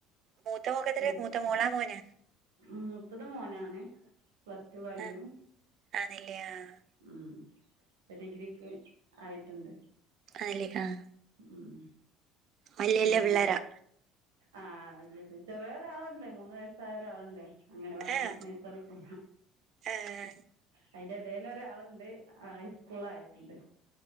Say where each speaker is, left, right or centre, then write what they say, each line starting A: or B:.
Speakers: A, on the right; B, on the right.
A: മൂത്ത മോക്കത്രെ
B: പിന്നെ
A: മൂത്ത മോളാ മോനാ
B: മൂത്തത് മോനാണ് പ്ലസ് ടു കഴിഞ്ഞു
A: ആഹ് ആന്നല്ലേ ആഹ്
B: ഉം ഡിഗ്രിക്ക് ആയിട്ടുണ്ട്
A: അയ്ല് ആഹ്
B: ഉം
A: വല്യ
B: പിന്നെ
A: വല്യ പിള്ളേരാ
B: ആഹ് <unintelligible> ല്ലെപ്പൻ ചെറിയ ഒരാള്ണ്ട് മൂന്ന് വയസ്സായ ഒരാള്ണ്ടെ അംഗനവാടി
A: ആഹ്
B: നഴ്സറി പോ
A: ആഹ്
B: അയിന്റെ എടേല് ഒരാള്ണ്ടേ ആഹ് ഹൈസ്കൂളായിട്ട്ണ്ട്